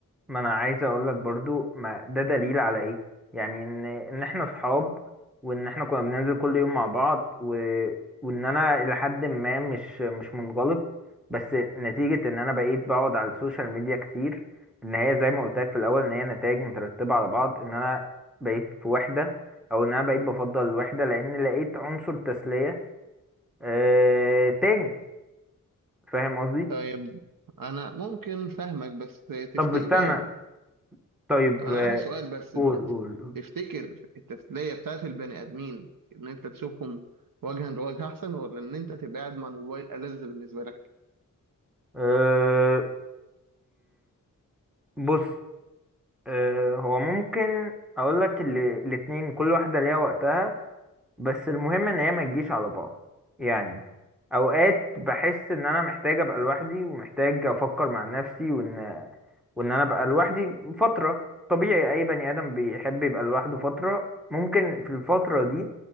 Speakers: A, in the centre; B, on the right.
A: ما انا عايز اقول لك برضو ما ده دليل على ايه يعني ان ان احنا اصحاب وان احنا كنا بننزل كل يوم مع بعض و... وان انا لحد ما مش مش منغلق بس نتيجة ان انا بقيت بقعد على السوشيال ميديا كتير ان هي زي ما قلت لك في الاول ان هي نتائج مترتبة على بعض ان انا بقيت في وحدة او ان انا بقيت بفضل الوحدة لان لقيت عنصر تسلية آه... تاني فاهم قصدي
B: طيب انا ممكن فاهمك بس تفتكر
A: طب استنى طيب
B: طب انا
A: آه،
B: عندي سؤال بس
A: قول
B: دلوقتي
A: قول قول
B: تفتكر التسلية بتاعت البني ادمين ان انت تشوفهم وجها لوجه احسن ولا ان انت تبقى قاعد مع الموبايل ألذ بالنسبة لك
A: أه... بص آه، هو ممكن اقول لك الاتنين كل واحدة ليها وقتها بس المهم ان هي ما تجيش على بعض يعني اوقات بحس ان انا محتاج ابقى لوحدي ومحتاج افكر مع نفسي وان وان انا ابقى لوحدي فترة طبيعي اي بني ادم بيحب يبقى لوحده فترة ممكن في الفترة دي